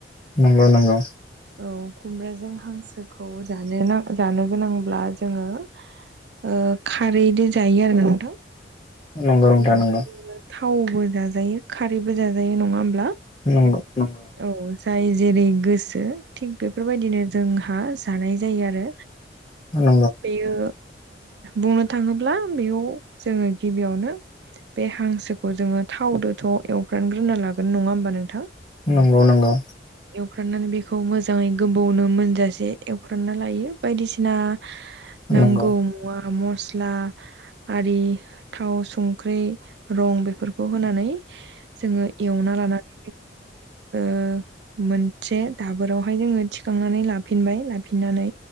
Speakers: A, on the left (about 30°); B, on the right (about 70°).
A: नंगौ नंगौ।
B: औ खुमब्राजों हांसोखौ जानो जानो गोनांब्ला जोङो। ओ खारैदो जायो आरो नोंथां।
A: नंगौ नोंथां
B: बेयावहाय
A: नंगौ
B: जोङो थावबो जाजायो खारैबो जाजायो नङा होमब्ला।
A: नंगौ नंगौ।
B: औ जाय जेरै गोसो थिग बेफोरबायदिनो जोंहा जानाय जायो आरो
A: नंगौ
B: बेयो बुंनो थाङोब्ला बेयाव जोङो गिबियावनो बे हांसोखौ जोङो थावदोथ' एवफ्रामग्रोना लागोन नङा होमबा नोंथां?
A: नंगौ नंगौ
B: एवखांनानै बेखौ मोजाङै गोबावनो मोनजासे एवख्रांना लायो बायदिसिना
A: नंगौ
B: नांगौ मुवा मस्ला आरि थाव सं ख्रि रं बेफोरखौ होनानै जोङो एवना लानानै। <unintelligible> मोनसे दाबोरावहाय जोङो थिखांनानै लाफिनबाय लाफिननानै